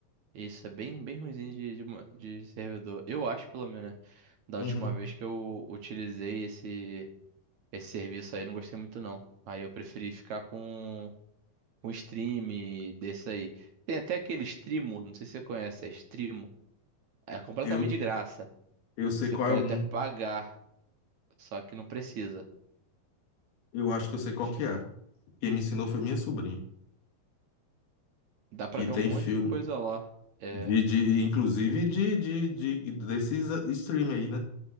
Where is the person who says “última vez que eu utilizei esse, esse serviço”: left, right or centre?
Right